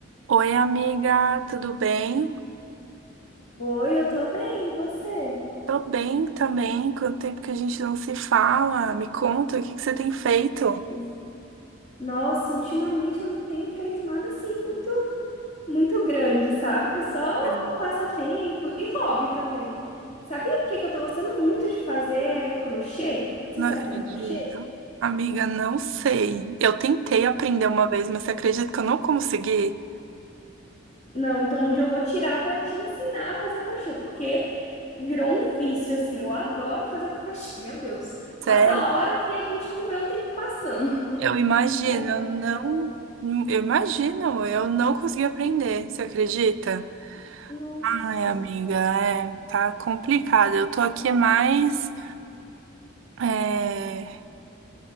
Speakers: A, on the right; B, on the left.
A: Oi, amiga, tudo bem?
B: Oi, eu tô bem, e você?
A: Tô bem também. Quanto tempo que a gente não se fala? Me conta, o que que você tem feito?
B: Pois- é. Nossa, ultimamente eu não tenho feito nada assim muito, muito grande, sabe? Só
A: Sei.
B: passatempo e hobby também. Sabia o que que eu tô gostando muito de fazer é crochê? Você
A: Não
B: sabe
A: acredito.
B: fazer crochê?
A: Amiga, não sei. Eu tentei aprender uma vez, mas você acredita que eu não consegui?
B: Não, então onde eu vou tirar pra te ensinar a fazer crochê, porque virou um vício assim. Eu adoro fazer crochê. <laughs> Meu Deus, passa
A: Sério?
B: horas e a gente não vê o tempo passando.
A: Eu imagino,
B: É,
A: eu não.
B: não.
A: Eu imagino, eu não consegui aprender. Você acredita?
B: Nossa.
A: Ai, amiga, é, tá complicado. Eu tô aqui mais. é,